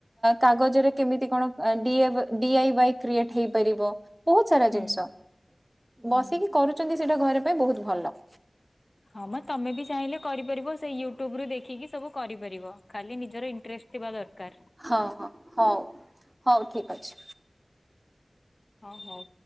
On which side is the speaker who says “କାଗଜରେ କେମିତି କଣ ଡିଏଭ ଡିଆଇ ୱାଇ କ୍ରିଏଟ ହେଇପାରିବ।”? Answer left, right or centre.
Right